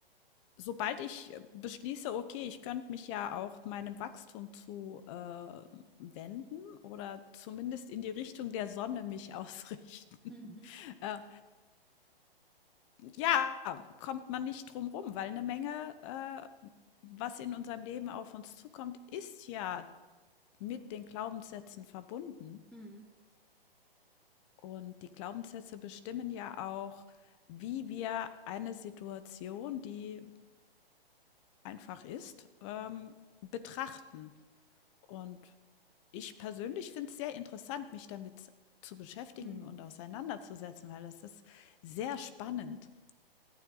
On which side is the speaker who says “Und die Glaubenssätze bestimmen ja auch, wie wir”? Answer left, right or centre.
Left